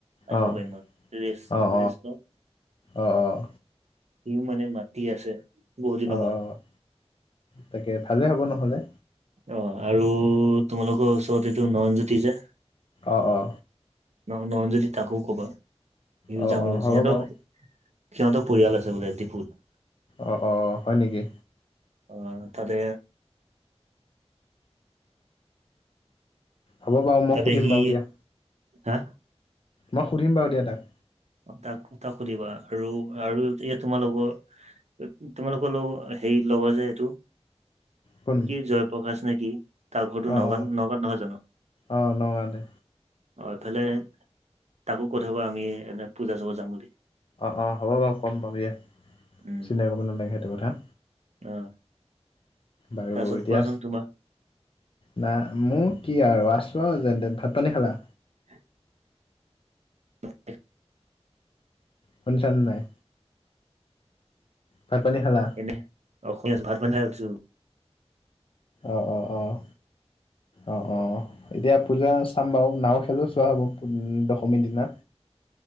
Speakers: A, on the right; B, on the left.
A: আহিব
B: অ', অ',
A: পাৰিম আৰু, ৰেষ্ট,
B: অ', অ',
A: ৰেষ্ট ল'ম।
B: অ', অ',
A: সিওঁ মানে মাতি আছে। বহুত দিনৰ
B: অ',
A: পৰা
B: অ', তাকে ভালেই হ'ব নহ'লে।
A: অ' আৰু তোমালোকৰ ওচৰত এইটো নয়ন জ্যোতি যে।
B: অ', অ'।
A: ন-নয়ন জ্যোতি তাকো ক'বা, সিওঁ
B: অ',
A: যাম বুলি
B: অ',
A: কৈছে,
B: হ'ব
A: সিহঁতৰ
B: বাৰু
A: সিহঁতৰ পৰিয়াল আছে বোলে ডিফুত।
B: অ', অ', হয় নেকি।
A: অ' তাতে।
B: হ'ব বাৰু মই
A: তাতে
B: সুধিম
A: সি,
B: বাৰু দিয়া
A: হা?
B: মই সুধিম বাৰু দিয়া তাক।
A: তাক তাক সুধিবা আৰু আৰু এতিয়া তোমাৰ লগৰ তোমালোকৰ লগ হেৰি লগৰ যে এইটো,
B: কোন
A: কি জয় প্ৰকাশ নে কি, তাৰ ঘৰটো
B: অ',
A: নগাঁওত,
B: অ',
A: নগাঁওত নহয় জানো?
B: অ', নগাঁৱতে
A: অ' এইফালে তাকো কৈ থবা আমি এনে পূজা চাব যাম বুলি।
B: অ', অ', হ'ব বাৰু ক'ম বাৰু দিয়া,
A: উম
B: চিন্তা কৰিব নালাগে সেইটো কথা।
A: অ'।
B: বাৰু
A: তাৰপিছত
B: এতিয়া
A: কোৱাচোন তোমাৰ
B: নাই মোৰ কি আৰু আছোঁ আৰু যেন তেন, ভাত পানী খালা?
A: <inaudible> <inaudible>
B: শুনিছানে নাই? ভাত পানী খালা?
A: <unintelligible> অ শুনি আছো, ভাত - পানী খাই উঠিছো।
B: অঁ অঁ অঁ, অঁ অঁ। এতিয়া পূজা চাম বাৰু, নাও খেলো চোৱা হ'ব উম দশমীৰ দিনা।